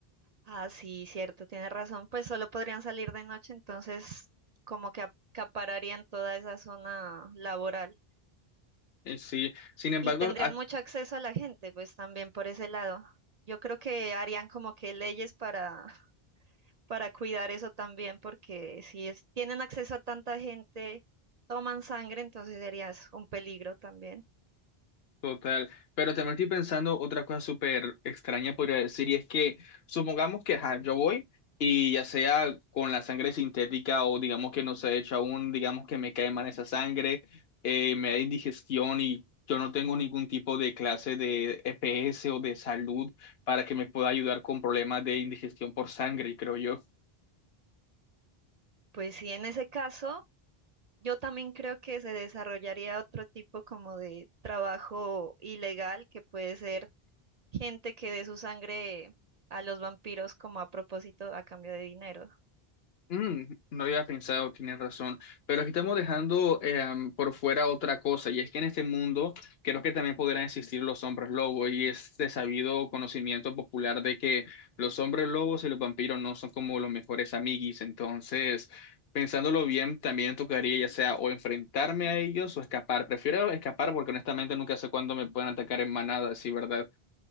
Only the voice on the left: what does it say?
Eh, Sí, sin embargo,
a-
Total, pero también estoy pensando otra cosa súper extraña, podría decir, y es que supongamos que ajá, yo voy y ya sea con la sangre sintética o digamos que no se ha hecho aún, digamos que me cae mal esa sangre, eh, me da indigestión y yo no tengo ningún tipo de clase de EPS o de salud para que me pueda ayudar con problemas de indigestión por sangre, creo yo.
Mm, no había pensado, tienes razón, pero aquí estamos dejando em, por fuera otra cosa, y es que en este mundo creo que también podrán existir los hombres lobos, y es de sabido conocimiento popular de que los hombres lobos y los vampiros no son como los mejores amiguis, entonces, pensándolo bien, también tocaría ya sea o enfrentarme a ellos o escapar, prefiero escapar porque honestamente nunca sé cuándo me pueden atacar en manada, sí, ¿verdad?